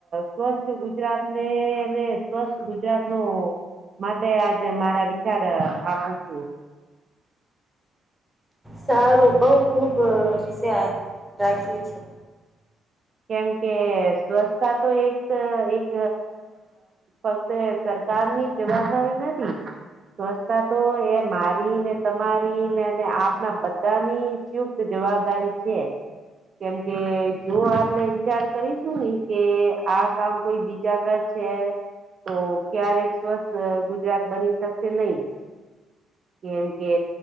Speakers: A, on the right (about 50°); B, in the centre.
A: સ્વચ્છ ગુજરાતને એને સ્વસ્થ ગુજરાતનું માટે આજ મારા વિચાર આપું છું.
B: સારું બઉ ખૂબ વિશે રાખ્યું છે.
A: કેમ કે સ્વચ્છતા તો એક એક ફક્ત સરકારની જવાબદારી નથી. સ્વચ્છતા તો એ મારી ને તમારી ને આપના બધાની. યુત જવાબદારી છે, કેમ કે જો આપ આપને વિચાર કરીશું ને કે આ કામ કોઈ બીજા કર છે. તો ક્યારેક સ્વસ્થ ગુજરાત બની શકશે નહી. કેમ કે